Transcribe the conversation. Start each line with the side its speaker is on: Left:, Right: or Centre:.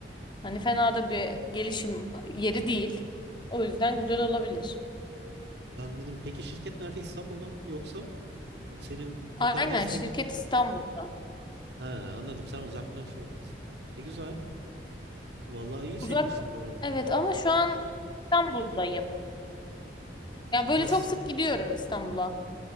Left: Hani fena da bir gelişim yeri değil. O yüzden güzel olabilir.
Right: anladım. Peki şirket nerede? İstanbul'da mı? Yoksa senin
Left: Aynen
Right: e, Karadeniz
Left: şirket
Right: Teknik mi gittin?
Left: İstanbul'da.
Right: Ha, anladım. Sen uzaktan şey yapıyorsun. E güzel. Vallahi iyi senin
Left: Uzak.
Right: işin bu arada.
Left: Evet ama şu an İstanbul'dayım. Ya böyle
Right: Has,
Left: çok sık gidiyorum İstanbul'a.